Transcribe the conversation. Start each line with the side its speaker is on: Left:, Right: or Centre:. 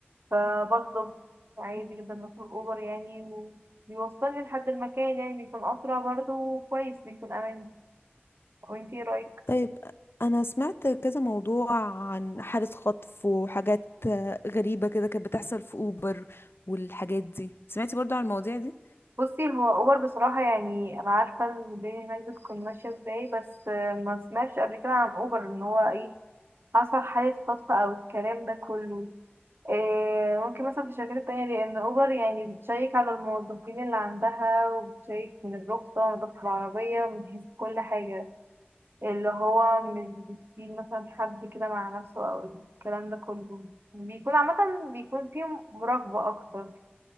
Right: فبطلب عادي جدا بطلب اوبر يعني وبيوصلني لحد المكان يعني بيكون اسرع برضه وكويس بيكون امان وانتي ايه رايك
Left: طيب انا سمعت كذا موضوع عن حالة خطف وحاجات غريبة كده كانت بتحصل في اوبر والحاجات دي سمعتي برضو عن المواضيع دي
Right: بصي هو اوبر بصراحه يعني انا عارفه الدنيا هناك بتكون ماشيه ازاي بس آه، ما سمعتش قبل كده عن اوبر ان هو ايه حصل حاله خطف او الكلام ده كله إيه ممكن مثلا في الشركات التانية لأن أوبر يعني بتشيك على الموظفين اللي عندها وبتشيك من الرخصة ونظافة العربية من حيث كل حاجة اللي هو مش بيسيب مثلا حد كده مع نفسه او الكلام ده كله بيكون عامة بيكون فيهم مراقبة اكتر